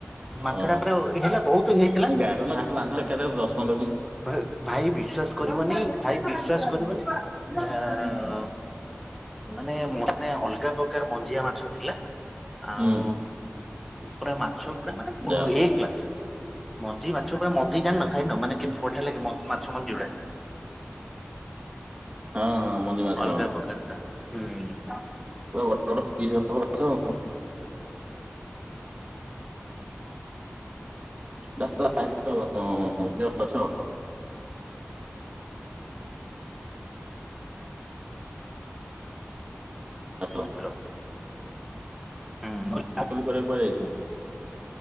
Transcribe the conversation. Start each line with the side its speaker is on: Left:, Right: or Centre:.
Centre: ମାଛଟା
Right: ଓହୋ।
Centre: ପୁରା ହେଲା ବହୁତୁ ହେଇଥିଲା।
Right: <inaudible> ଏକାଥରେ ବ୍ରସ୍ ପନ୍ଦରକିଲେ
Centre: ଭା ଭାଇ ବିଶ୍ଵାସ କରିବନି ଭାଇ ବିଶ୍ଵାସ କରିବନି ଆଁ ମାନେ ମନେ ଅଲ୍ଗା ପ୍ରକାର ମଞ୍ଜିଆ ମାଛ ଥିଲା। ଆଉ
Right: ହୁଁ
Centre: ପୁରା ମାଛ ଗୁଡା ମାନେ ପୁରା
Right: ଯାହା ହଉ।
Centre: ଏ କ୍ଲାସ୍। ମଞ୍ଜି ମାଛ ପରା ମଞ୍ଜି ଜାଣିନ ଖାଇନ ମାନେ କେତେ୍ ବଢିଆ ଲାଗେ ମଞ୍ଜି ମାଛ ମଞ୍ଜି ଗୁଡା
Right: ହଁ ହଁ ମଞ୍ଜି ମାଛ
Centre: ଅଲ୍ଗା
Right: ହଁ
Centre: ପ୍ରକାର ପୁରା ହୁଁ।
Right: ପୁରା ବଡ଼ ବଡ ପିସ୍ ହବ ସେ <unintelligible> ହ୍ୟାଲୋ
Centre: ହାଲୋ। ହୁଁ।
Right: ଫୁଲ୍ କରିବାକୁ କୁହାଯାଇଛ?